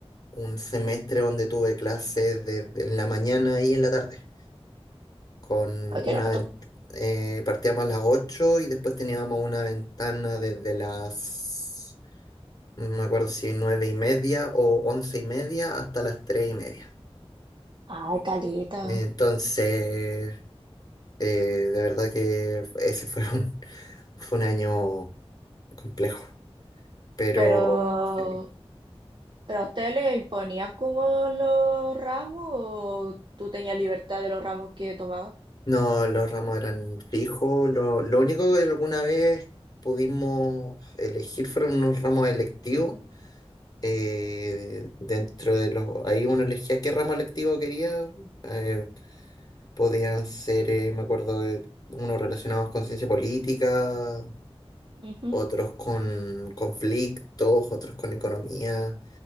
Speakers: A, on the left (about 40°); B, on the right (about 50°).
A: un semestre donde tuve clases desde en la mañana y en la tarde. Con
B: ¿a qué
A: una
B: la mató?
A: vent- eh, partíamos a las 8 y después teníamos una ventana desde las, no me acuerdo si nueve y media o once y media hasta las tres y media.
B: Ay, caleta.
A: Entonces. Eh, de verdad que ese fue <laughs> un, fue un año complejo, pero
B: Pero,
A: sí.
B: ¿pero a usted le imponían como los ramos o tú tenías libertad de los ramos que tomabas?
A: No, los ramos eran fijos. Lo, lo único que alguna vez pudimos elegir fueron unos ramos electivos. eh, dentro de los, ahí uno elegía qué ramo electivo quería. eh, podían ser, eh, me acuerdo, de unos relacionados con ciencia política,
B: Ujú.
A: otros con conflictos, otros con economía.